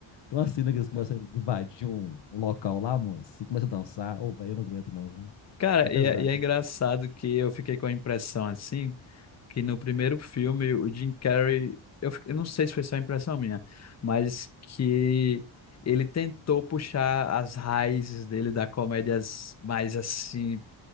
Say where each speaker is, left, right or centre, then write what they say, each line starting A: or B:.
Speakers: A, on the left; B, on the left.
A: Tem uma cena que eles começam a invadir um, um local lá, moço, e começa a dançar. Ô, velho, eu não aguento, não. viu?
B: Cara,
A: É pesado.
B: e é, e é engraçado que eu fiquei com a impressão assim. que no primeiro filme o Jim Carrey, eu, fi- eu não sei se foi só impressão minha, mas que ele tentou puxar as raízes dele da comédias mais assim